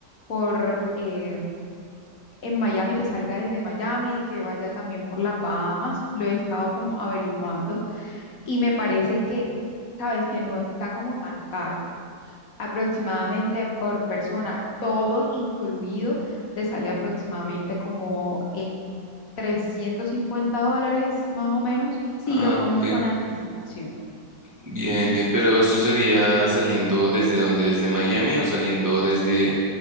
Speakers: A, on the left; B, on the right.
A: por eh, en Miami, que salga desde Miami, que vaya también por las Bahamas, lo he estado como averiguando y me parece que, sabes, que no está como tan caro. Aproximadamente por persona, todo incluido, te sale aproximadamente como en 350 dólares más o menos si
B: Ah,
A: lo coges
B: ok,
A: con anticipación.
B: Bien, bien, pero eso sería saliendo desde donde, desde Miami o saliendo desde